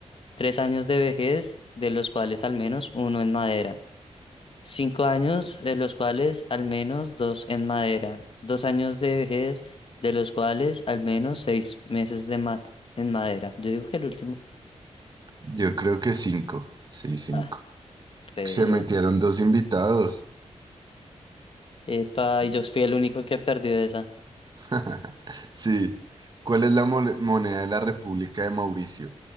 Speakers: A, on the left; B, on the right.
A: Tres años de vejez, de los cuales al menos uno en madera. Cinco años, de los cuales al menos dos en madera. Dos años de vejez, de los cuales al menos seis meses de ma- en madera. Yo digo que el último.
B: yo creo que cinco. Sí, cinco.
A: Ah, re
B: Se
A: bien.
B: metieron dos invitados.
A: Epa, y yo fui el único que perdió esa.
B: <laughs> Sí. ¿Cuál es la mole- moneda de la República de Mauricio?